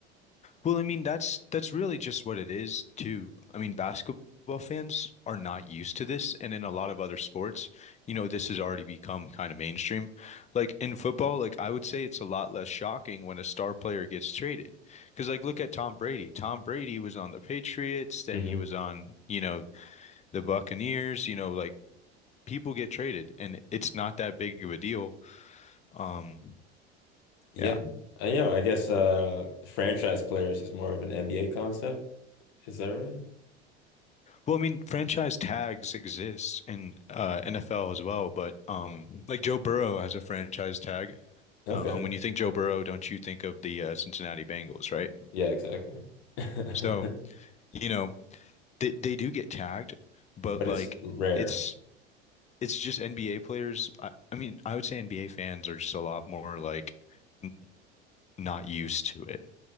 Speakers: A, on the left (about 20°); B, on the left (about 55°).
A: Well, I mean, that's that's really just what it is too. I mean, basketball fans are not used to this, and in a lot of other sports, you know, this has already become kind of mainstream. Like in football, like I would say it's a lot less shocking when a star player gets traded. Because like look at Tom Brady. Tom Brady was on the Patriots, then
B: hmm
A: he was on, you know, the Buccaneers, you know, like people get traded and it's not that big of a deal. Um,
B: Yeah.
A: yeah.
B: Uh, yeah, I guess uh franchise players is more of an NBA concept. Is that right?
A: Well, I mean, franchise tags exist in uh, NFL as well, but um, like Joe Burrow has a franchise tag.
B: Okay.
A: Um, when you think Joe Burrow, don't you think of the uh, Cincinnati Bengals, right?
B: Yeah, exactly. <laughs>
A: So, you know, they they do get tagged, but
B: But
A: like
B: it's rare.
A: it's it's just NBA players. I, I mean, I would say NBA fans are just a lot more like n not used to it.